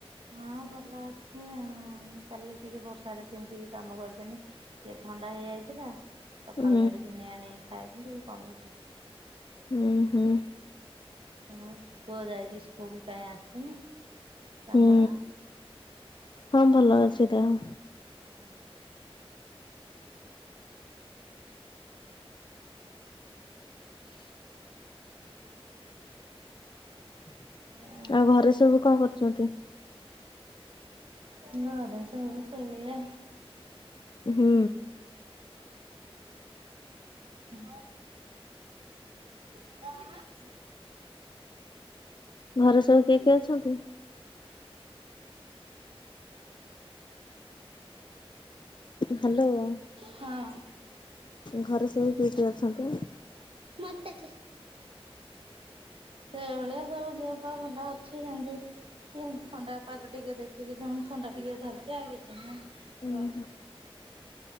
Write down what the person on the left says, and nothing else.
ହୁଁ
ହୁଁ ହୁଁ।
ହୁଁ। ହଁ ଭଲ ଅଛି ଦେହ।
<inaudible>
ଆଉ ଘରେ ସବୁ କଣ କରୁଛନ୍ତି?
ହୁଁ।
ଘରେ ସବୁ କିଏ
କିଏ ଅଛନ୍ତି? ହ୍ୟାଲୋ।
ଘରେ ସବୁ କିଏ କିଏ ଅଛନ୍ତି?
ଉୁଁ